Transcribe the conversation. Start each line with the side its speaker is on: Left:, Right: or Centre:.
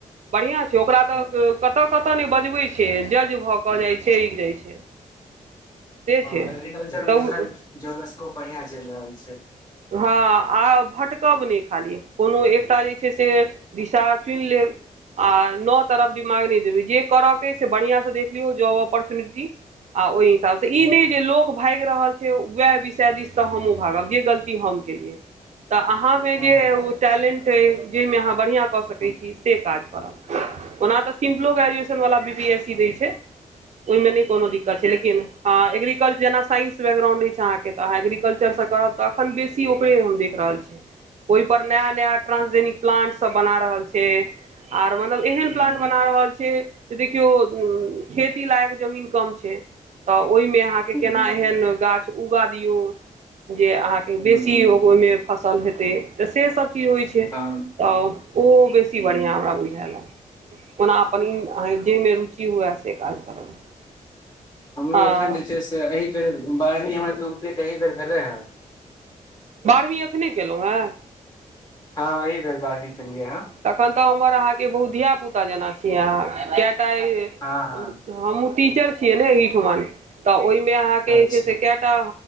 Right: बढ़िया छै से ओकरा तऽ
Left: हँ
Right: कतऽ कतऽ नहि बजबै छै जज भऽ कऽ जाइ छै जाइ छै से
Left: हँ
Right: छै
Left: एग्रीकल्चर
Right: तऽ
Left: मे एखन जॉब स्कोप बढ़िया चलि रहल छै
Right: हँ आ भटकब नहि खाली कोनो एकटा जे छै से दिशा चुनि लेब आ नओ तरफ दिमाग नहि देबै जे करयके अइ से बढ़िआँ से देख लियौ जॉब अपॉर्चुनिटी आ ओहि हिसाबसँ ई
Left: बिलकुल
Right: नहि जे लोक भागि रहल छै उएह विषय दिस तऽ हमहूँ भागब जे गलती हम कलये तऽ अहाँ
Left: हँ
Right: जे
Left: हूँ
Right: टैलेंट जाहिमे अहाँ बढ़ि कऽ सकैत
Left: हूँ
Right: छी से काज करब ओना तऽ सिम्पलो ग्रेजुएशन वला बी पी एस सी दै छै ओहिमे नहि कोनो दिक्कत छैेकिन ल हँ एग्रीकल्चर जेना साइंस बकग्राउंड अछि अहके तऽहाँ एग्रीकल्चरसँ करब तऽ बेसी ओकरे हम देख रहल छी ओहि पर नया नया ट्रांसजिक प्लांट सब बना रहल छै आर मतलब एहन
Left: हूँ
Right: प्लांट बना रहल छै जे देखियौ खेती लायक जमीन कम छै तऽ ओहिमे अहाँके केना
Left: हूँ
Right: एहन गाछ उगा दियौ जे अहाँ के
Left: हूँ
Right: बेसी
Left: हूँ
Right: ओहिमे फसल हेतै तऽ से सब की होइ छै
Left: हँ
Right: तऽ ओहो बेसी
Left: हँ
Right: बढ़िआँ हमरा बुझायलए ओना अपन अहाँ जाहिमे रुचि हुए से काज करब
Left: हमरो
Right: हँ
Left: एखन जे छै से एहि बेर बाहरमी हमर तऽ ए भेलै हन
Right: बारहवीं एखने केलहुँ हेँ
Left: हँ एहि बेर बारहवीं केलियै हँ
Right: तखन तऽ हमर अहाँके बहु धिया पुता क जाना छी अहाँ कियातय
Left: हँ
Right: हम
Left: हँ
Right: टीचर छियै ने एहिठमन तऽ ओहिमे अहाँ के
Left: अच्छा
Right: जे छै से
Left: हूँ
Right: कएटा